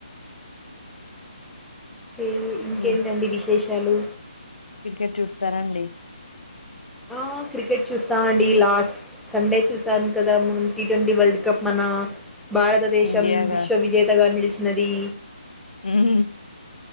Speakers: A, in the centre; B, on the left.
A: రు ఇంకేంటండి
B: మీ
A: విశేషాలు
B: క్రికెట్ చూస్తారాండి
A: ఆ క్రికెట్ చూస్తా అండి లాస్ట్ సండే చూసాను కదా మనం టీ ట్వంటీ వరల్డ్ కప్ మన భారతదేశం
B: ఇండియాగా
A: విశ్వ విజేతగా నిలిచినది
B: హ్మ్